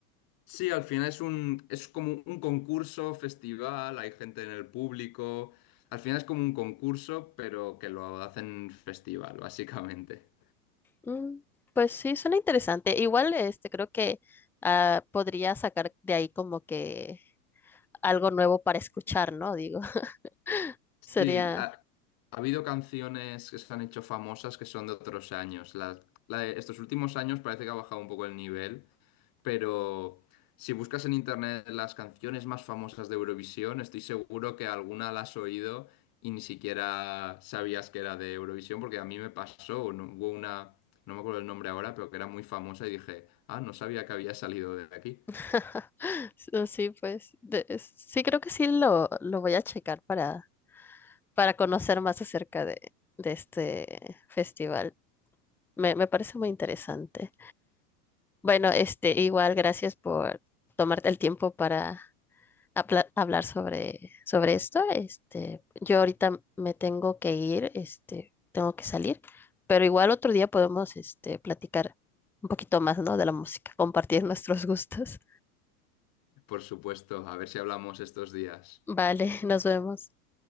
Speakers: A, on the left (about 45°); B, in the centre.
A: Sí, al final es un, es como un concurso, festival, hay gente en el público. Al final es como un concurso, pero que lo hacen festival, básicamente.
B: Mm, pues sí, suena interesante. Igual, este, creo que ah, podría sacar de ahí como que algo nuevo para escuchar, ¿no? Digo, <laughs> sería,
A: Sí, ha, ha habido canciones que se han hecho famosas que son de otros años. La, la de estos últimos años parece que ha bajado un poco el nivel, pero si buscas en internet las canciones más famosas de Eurovisión, estoy seguro que alguna la has oído y ni siquiera sabías que era de Eurovisión, porque a mí me pasó, no- hubo una, no me acuerdo el nombre ahora, pero que era muy famosa y dije, ah, no sabía que había salido de aquí.
B: <laughs> so, sí, pues, de- es- sí, creo que sí lo, lo voy a checar para, para conocer más acerca de, de este festival. Me, me parece muy interesante. Bueno, este, igual, gracias por tomarte el tiempo para habla- hablar sobre, sobre esto. Este, yo ahorita me tengo que ir, este, tengo que salir, pero igual otro día podemos, este, platicar un poquito más, ¿no? De la música, compartir nuestros gustos.
A: Por supuesto, a ver si hablamos estos días.
B: <laughs> Vale, nos vemos.